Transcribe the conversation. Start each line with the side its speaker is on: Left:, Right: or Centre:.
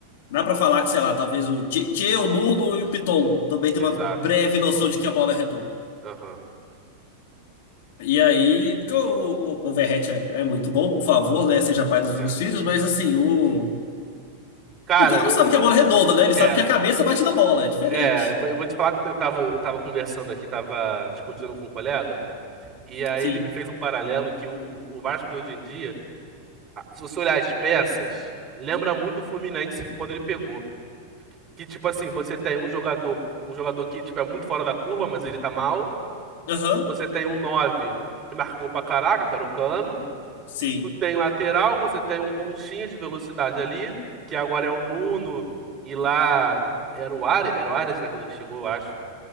Left: Dá pra falar que, sei lá, talvez o Tchê, Tchê, o Nuno e o Piton também tem
Right: exato.
Left: uma breve noção de que a bola é redonda.
Right: Aham,
Left: E aí, porque o, o, o Verratti é, é muito bom, por favor, né? Seja pai dos
Right: é.
Left: meus filhos, mas assim, o.
Right: Cara,
Left: O cara
Right: eu vou-
Left: não sabe que a bola é redonda, né? Ele
Right: é,
Left: sabe que a cabeça bate na bola, é diferente.
Right: é, eu vou eu vou te falar que eu tava, eu tava conversando aqui, tava discutindo com um colega, e aí
Left: Sim.
Right: ele me fez um paralelo que o, o o Vasco de hoje em dia, a- se você olhar as peças, lembra muito o Fluminense quando ele pegou. Que, tipo assim, você tem um jogador, um jogador que, tipo, é muito fora da curva, mas ele tá mal.
Left: Aham.
Right: Você tem um 9 que marca gol pra caraca, que era o Cano.
Left: Sim.
Right: Tu tem lateral, você tem um pontinha de velocidade ali, que agora é o Nuno, e lá era o Ares, era o Ares, né, quando ele chegou, eu acho.